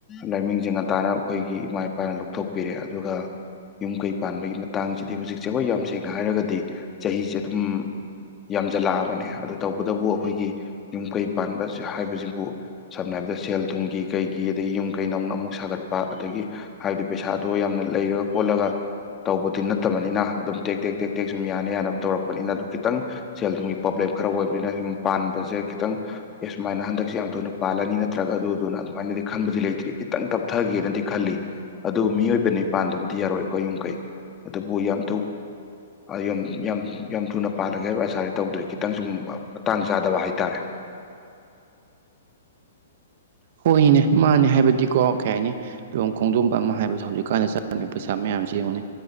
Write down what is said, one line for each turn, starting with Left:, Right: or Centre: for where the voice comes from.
Left: ꯂꯥꯏꯃꯤꯡꯁꯤ ꯉꯟꯇꯥꯥꯅ ꯑꯩꯈꯣꯏꯒꯤ ꯏꯃꯥ ꯏꯄꯥꯅ ꯂꯧꯊꯣꯛꯄꯤꯔꯦ ꯑꯗꯨꯒ ꯌꯨꯝ ꯀꯩ ꯄꯥꯟꯕꯒꯤ ꯃꯇꯥꯡꯁꯤꯗꯤ ꯍꯧꯖꯤꯛꯁꯦ ꯑꯩꯈꯣꯏ ꯌꯥꯝ ꯁꯦꯡꯅ ꯍꯥꯏꯔꯒꯗꯤ ꯆꯍꯤꯁꯦ ꯑꯗꯨꯝ ꯌꯥꯝꯖꯜꯂꯛꯑꯕꯅꯦ ꯑꯗꯨ ꯇꯧꯕꯇꯕꯨ ꯑꯩꯈꯣꯏꯒꯤ ꯌꯨꯝ ꯀꯩ ꯄꯥꯟꯕ ꯍꯥꯏꯕꯁꯤꯕꯨ ꯁꯝꯅ ꯁꯦꯜ ꯊꯨꯝꯒꯤ ꯀꯩꯒꯤ ꯑꯗꯒꯤ ꯌꯨꯝ ꯀꯩ ꯅꯧꯅ ꯑꯃꯨꯛ ꯁꯥꯒꯠꯄ ꯑꯗꯒꯤ ꯍꯥꯏꯕꯗꯤ ꯄꯩꯁꯥꯗꯣ ꯌꯥꯝꯅ ꯂꯩꯔꯒ ꯀꯣꯜꯂꯒ ꯇꯧꯕꯗꯤ ꯅꯠꯇꯕꯅꯤꯅ ꯑꯗꯨꯝ ꯇꯦꯛ ꯇꯦꯛ ꯇꯦꯛ ꯇꯦꯛ ꯁꯨꯝ ꯌꯥꯅ ꯌꯥꯅꯕ ꯇꯧꯔꯛꯄꯅꯤꯅ ꯑꯗꯨ ꯈꯤꯇꯪ ꯁꯦꯜ ꯊꯨꯝꯒꯤ ꯄ꯭ꯔꯣꯕ꯭ꯂꯦꯝ ꯈꯔ ꯑꯣꯏꯕꯅꯤꯅ ꯁꯨꯝ ꯄꯥꯟꯕꯁꯦ ꯈꯤꯇꯪ ꯑꯦ ꯁꯨꯃꯥꯏꯅ ꯍꯟꯗꯛꯁꯦ ꯌꯥꯝ ꯊꯨꯅ ꯄꯥꯜꯂꯅꯤ ꯅꯠꯇ꯭ꯔꯒ ꯑꯗꯨꯗꯨꯅ ꯑꯗꯨꯃꯥꯏꯅꯗꯤ ꯈꯟꯕꯗꯤ ꯂꯩꯇ꯭ꯔꯤ ꯈꯤꯇꯪ ꯇꯞꯊꯒꯦꯅꯗꯤ ꯈꯜꯂꯤ ꯑꯗꯨ ꯃꯤꯑꯣꯏꯕꯅꯤ ꯄꯥꯟꯗꯕꯗꯤ ꯌꯥꯔꯣꯏꯀꯣ ꯌꯨꯝ ꯀꯩ ꯑꯗꯨꯕꯨ ꯌꯥꯝ ꯑ ꯌꯨꯝ ꯌꯝ ꯌꯥꯝ ꯊꯨꯅ ꯄꯥꯜꯂꯒꯦ ꯍꯥꯏꯕ ꯑꯁꯥꯥꯗꯤ ꯇꯧꯗ꯭ꯔꯤ ꯈꯤꯇꯪ ꯁꯨꯝ ꯃꯇꯥꯡ ꯆꯥꯗꯕ ꯍꯥꯏꯇꯥꯔꯦ
Right: ꯍꯣꯏꯅꯦ ꯃꯥꯅꯦ ꯍꯥꯏꯕꯗꯤꯀꯣ ꯀꯩ ꯍꯥꯏꯅꯤ ꯂꯨꯍꯣꯡ ꯈꯣꯡꯗꯣꯝꯕ ꯑꯃ ꯍꯥꯏꯕꯗꯣ ꯍꯧꯖꯤꯛꯀꯥꯟꯗ ꯆꯪꯉꯤ ꯄꯩꯁꯥ ꯃꯌꯥꯝ ꯁꯤꯉꯣꯅꯦ